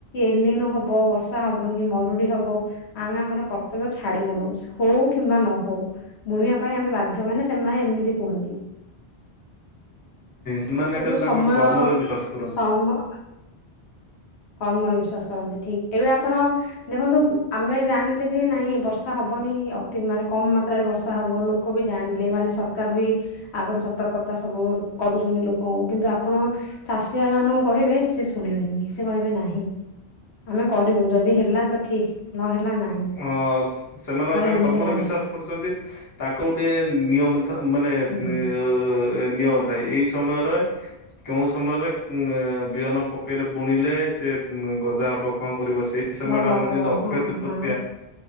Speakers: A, on the left; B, on the left.
A: ଏଲି ନହବ ହବ ବର୍ଷା ହବନି ମରୁଡି ହବ। ଆମେ ଆମର କର୍ତ୍ତବ୍ୟ ଛାଡିବୁନୁ ହଉ କିମ୍ବା ନ ହଉ। ବୁଣିବା ପାଇଁ ଆମେ ବାଧ୍ୟ ମାନେ ସେମାନେ ଏମିତି କୁହନ୍ତି।
B: ସେମାନେ
A: ତ
B: ତାଙ୍କ
A: ଯୋଉ ସମୟ-ୟ-ୟ
B: କର୍ମରେ ବିଶ୍ଵାସ କରନ୍ତି
A: ସମ ଆ କର୍ମରେ ବିଶ୍ଵାସ କରନ୍ତି ଠିକ ଏବେ ଆପଣ ଦେଖନ୍ତୁ ଆମେ ଜାଣିଲେ ଯେ ନାଇଁ ବର୍ଷା ହବନି ଅତି ମାନେ କମ ମାତ୍ରାରେ ବର୍ଷା ହବ ଲୋ କ ବି ଜାଣିଲେ ମାନେ ସରକାର ବି ଆଗରୁ ସତର୍କତା ସବୁ କରୁଛନ୍ତି ଲୋକଙ୍କୁ କିନ୍ତୁ ଆପଣ ଚାଷୀ ଭାଇ ମାନଙ୍କୁ କହିବେ ସେ ଶୁଣିବେନି ସେ କହିବେ ନାହିଁ ଆମେ କରିବୁ ଯଦି ହେଲା ତ ଠିକ୍ ନହେଲା ନାହିଁ
B: ଓ-ଓ-ଓ ସ ସ ସେମାନେ ତାଙ୍କ
A: ଏମିତି
B: କର୍ମରେ
A: କୁହନ୍ତି
B: ବିଶ୍ୱାସ କରୁଛନ୍ତି। ତାଙ୍କୁ ଗୋଟିଏ-ଏ-ଏ ନିୟମ ଥ ମାନେ-ଏ-ଏ
A: ହୁଁ
B: <unintelligible> ନିୟମ ଥାଏ ଏଇ ସମୟରେ କେଉଁ ସମୟରେ ଏ-ଏ ବିହନ ପକେଇଲେ ବୁଣିଲେ ସେ ଗଜା ହେବ କଣ କରିବ ସେଇ ସେ ସମୟଟା
A: ଭଲ
B: ଆମର
A: ହବ
B: ଯେମିତି ଅକ୍ଷୟ
A: ହଁ
B: ତୃତୀୟା
A: ହଁ